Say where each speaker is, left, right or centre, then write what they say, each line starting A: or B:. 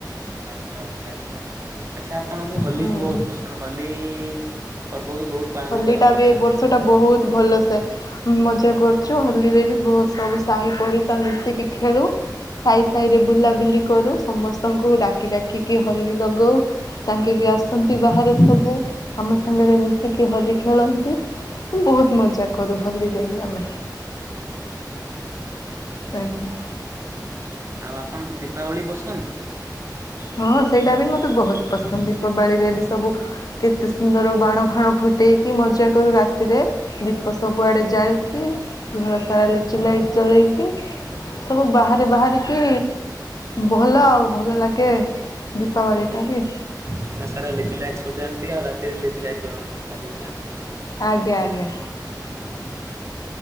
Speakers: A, on the right; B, on the left.
A: ଆଚ୍ଛା-ଆଛା-ଆଚ୍ଛା, ଆଚ୍ଛା ଆପଣଙ୍କୁ ହୋଲି
B: ହୁଁ।
A: ବି ବହୁତ୍ ପସନ୍ଦ ହୋଲି ପର୍ବ ବି ପାଳନ
B: ହୋଲି
A: କରନ୍ତି
B: ଟା ବି
A: ତାହେଲେ।
B: ଏ ବର୍ଷ ଟା ବହୁତ୍ ଭଲସେ ମଜା କରୁଚୁ ହୋଲିରେ ବି ବହୁତ୍ ସବୁ ସାହି ପଡିଶା ମିଶିକି ଖେଳୁ। ସାହି ସାହିରେ ବୁଲାବୁଲି କରୁ, ସମସ୍ତଙ୍କୁ ଡାକି ଡାକିକି ହୋଲି ଲଗଉ। ତାଙ୍କେ ବି ଆସନ୍ତି ବାହାରେ ସବୁ ଆମ ସାଙ୍ଗେରେ ଆସିକି ହୋଲି ଖେଳନ୍ତି, ବହୁତ୍ ମଜା କରୁ ହୋଲିରେ ବି ଆମେ।
A: ଆଚ୍ଛା।
B: ଆଜ୍ଞା।
A: ଆଉ ଆପଣଙ୍କୁ ଦୀପାବଳି ପସନ୍ଦ?
B: ହଁ ସେଇଟା ବି ମତେ ବହୁତ୍ ପସନ୍ଦ, ଦୀପାବଳିରେ ବି ସବୁ କେତେ ସୁନ୍ଦର ବାଣ ଫାଣ ଫୁଟାଇକି ମଜା କରୁ ରାତିରେ। ଦୀପ ସବୁଆଡ଼େ ଜାଳିକି ଘର ସାରା ଲିଚୁ ଲାଇଟ୍ ଜଳେଇକି ସବୁ ବାହାରେ ବାହାରିକି ଭଲ ଆଉ ଭଲ ଲା ଗେ ଦୀପାବଳିଟା ବି
A: ଦିନ ସାରା ଲିଚୁ ଲାଟିି ସଜାନ୍ତି, ଆଉ ରାତିରେ ଲିଚୁ ଲାଇଟ ଜଳାନ୍ତି ତାହେଲେ ନା।
B: ଆଜ୍ଞା-ଆଜ୍ଞା।
A: ସେ